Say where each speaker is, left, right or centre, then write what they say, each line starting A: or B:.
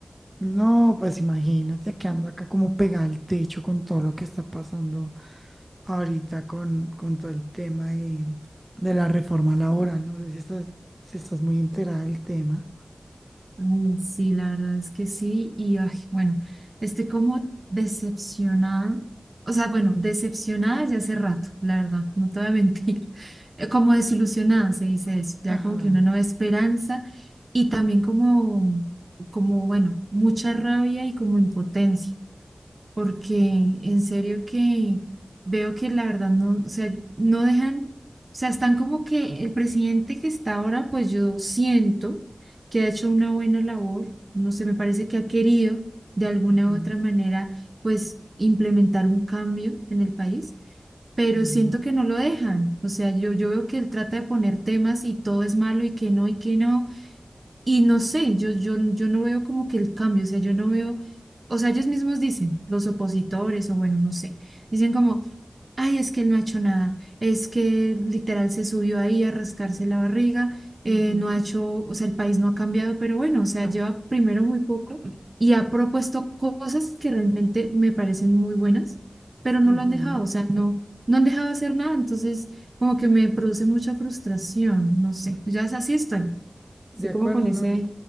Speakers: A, on the right; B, on the right.
A: No, pues imagínate que ando acá como pegada al techo con todo lo que está pasando ahorita con, con todo el tema de, de la reforma laboral. No sé si estás, si estás muy enterada del tema.
B: Ay, sí, la verdad es que sí. Y ay, bueno, estoy como decepcionada. O sea, bueno, decepcionada ya hace rato, la verdad, no te voy a mentir. <laughs> Eh, Como desilusionada se dice eso, ya
A: Ajá.
B: como que una nueva esperanza y también como, como, bueno, mucha rabia y como impotencia porque en serio que veo que la verdad no, o sea, no dejan, o sea, están como que el presidente que está ahora, pues yo siento que ha hecho una buena labor, no sé, me parece que ha querido de alguna
A: ujú,
B: u otra manera, pues implementar un cambio en el país, pero
A: ujú,
B: siento que no lo dejan, o sea, yo, yo veo que él trata de poner temas y todo es malo y que no, y que no. Y no sé, yo, yo, yo no veo como que el cambio, o sea, yo no veo, o sea, ellos mismos dicen, los opositores, o bueno, no sé, dicen como, ay, es que él no ha hecho nada, es que literal se subió ahí a rascarse la barriga, eh,
A: ujú,
B: no ha hecho, o sea, el país no ha cambiado, pero bueno, o sea, lleva primero muy poco y ha propuesto cosas que realmente me parecen muy buenas, pero no
A: ujú.
B: lo han dejado, o sea, no, no han dejado hacer nada, entonces como que me produce mucha frustración, no sé, ya es así estoy.
A: De
B: Así
A: acuerdo,
B: como con ese...
A: ¿no? Es-